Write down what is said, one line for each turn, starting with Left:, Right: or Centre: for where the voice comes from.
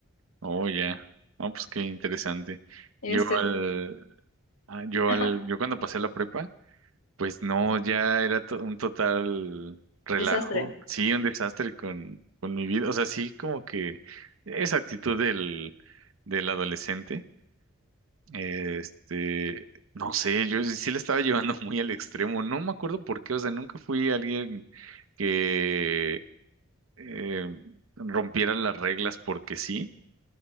Right: oh, ya. No, pues qué interesante.
Left: Este,
Right: Yo al, ah, yo
Left: ajá,
Right: al, yo cuando pasé la prepa, Pues no, ya era to- un total relajo,
Left: desastre.
Right: sí, un desastre con, con mi vida, o sea, sí, como que esa actitud del, del adolescente, este, no sé, yo sí la estaba llevando <laughs> muy al extremo, no me acuerdo por qué, o sea, nunca fui alguien que eh, rompiera las reglas porque sí,